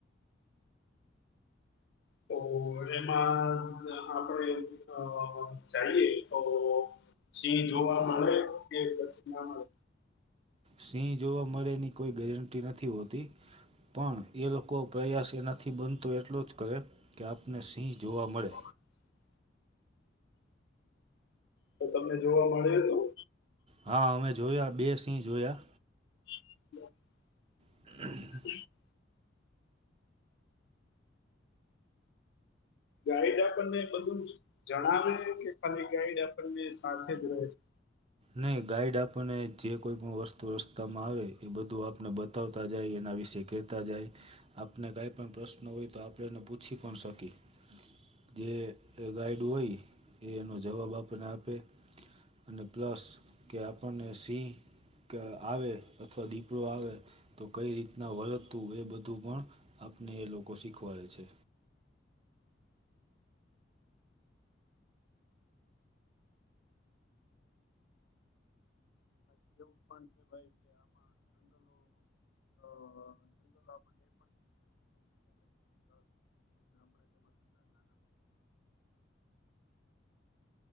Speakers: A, on the left (about 65°); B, on the right (about 30°).
A: તો એમાં આપડે અ ચાયલી તો સિંહ જોવા મળે કે પસી ના મળે.
B: સિંહ જોવા મળે એની કોઈ ગેરંટી નથી હોતી. પણ એ લોકો પ્રયાસ એનાથી બનતો એટલો જ કરે. કે આપને સિંહ જોવા મળે.
A: <inaudible> તો તમને જોવા મળ્યું હતું.
B: હા અમે જોયા, બે સિંહ જોયા.
A: <unintelligible>
B: <unintelligible>
A: <unintelligible> ગાઈડ આપણને બધું જણાવે કે ખાલી ગાઈડ આપણને સાથે જ રહે છે.
B: નય ગાઈડ આપણને જે કોઈ પણ વસ્તુ રસ્તામાં આવે એ બધું આપને બતા- બતાવતા જાય એના વિશે કહેતા જાય. આપને કાઈ પણ પ્રશ્ન હોય તો આપણે એને પૂછી પણ શકીએ જે ગાઈડ હોય એ એનો જવાબ આપણને આપે અને પ્લસ કે આપણને સિંહ કે આવે અથવા દીપડો આવે તો કઈ રીતના વળદ હતું એ બધું પણ આપને એ લોકો શીખવાડે છે.
A: <unintelligible> આપણને એ પણ શીખવે છે કે દુનિયા કેટલી વિશાળ છે. અને આપણે તેમાં કેટલા નાના છીએ.